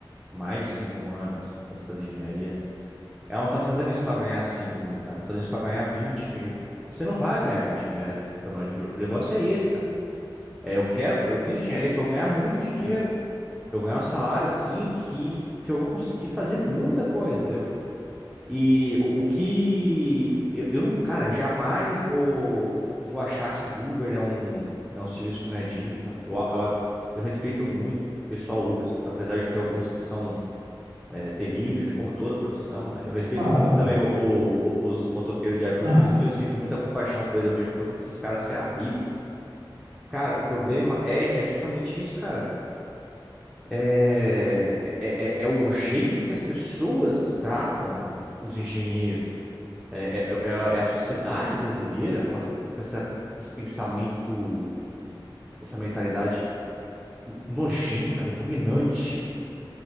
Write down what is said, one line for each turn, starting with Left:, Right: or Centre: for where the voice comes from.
Centre: mais de cinco anos para se fazer engenharia ela não tá fazendo isso pra ganhar 5 mil, cara. Tá fazendo isso pra ganhar 20 mil, cara. E você não vai ganhar 20 mil reais trabalhando de Uber. O negócio é esse, cara. É, eu quero, eu fiz engenharia pra eu ganhar muito dinheiro, cara. Pra eu ganhar um salário assim que, que eu vou conseguir fazer muita coisa, entendeu? E o, o que eu, eu não, cara, jamais vou, vou achar que Uber é um, é um serviço que não é digno, sabe? Eu, eu, eu respeito muito o pessoal Uber, apesar de ter alguns que são é, terríveis, né, como toda profissão, né? Eu respeito
Right: claro,
Centre: muito
Right: velho.
Centre: também o- o- o- os motoqueiros de iFood,
Right: <clears throat>
Centre: inclusive eu sinto muita compaixão por eles, eu vejo o quanto que esses caras se arriscam. Cara, o problema é, é justamente isso, cara. É, é, é- é o jeito que as pessoas tratam os engenheiros. É, é- é é a é a sociedade brasileira com essa, com essa- esse pensamento, essa mentalidade nojenta, repugnante